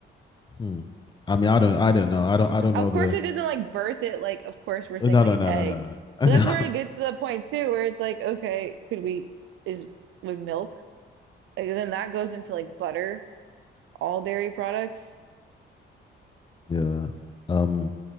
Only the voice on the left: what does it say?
Hmm. I mean, I don't. I don't know. I don't. I don't
know the.
uh,
No,
no,
no,
no, no. no. <laughs>
No.
Yeah. Um.